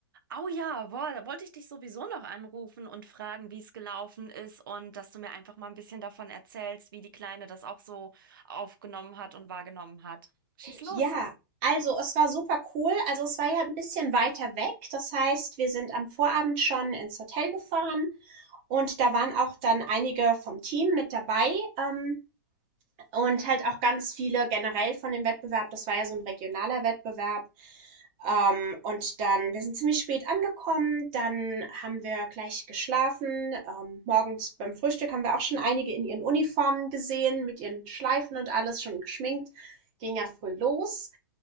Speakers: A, on the right; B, on the right.
A: Oh ja, boah, da wollte ich dich sowieso noch anrufen und fragen, wie es gelaufen ist und dass du mir einfach mal ein bisschen davon erzählst, wie die Kleine das auch so aufgenommen hat und wahrgenommen hat. Schieß los.
B: Ja, also es war super cool, also es war ja ein bisschen weiter weg, das heißt, wir sind am Vorabend schon ins Hotel gefahren und da waren auch dann einige vom Team mit dabei ähm, und halt auch ganz viele generell von dem Wettbewerb, das war ja so ein regionaler Wettbewerb. Ähm, und dann wir sind ziemlich spät angekommen, dann haben wir gleich geschlafen. Ähm, morgens beim Frühstück haben wir auch schon einige in ihren Uniformen gesehen, mit ihren Schleifen und alles schon geschminkt. Ging ja früh los.